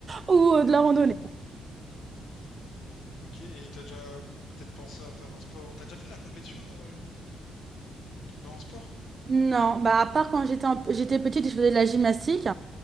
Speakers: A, on the right; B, on the left.
A: ou, euh, de la randonnée.
B: Mhm. Ok. Et t'as déjà peut-être pensé à faire un sport. T'as déjà fait de la compétition euh, dans un sport?
A: Non, bah à part quand j'étais en- j'étais petite, je faisais de la gymnastique.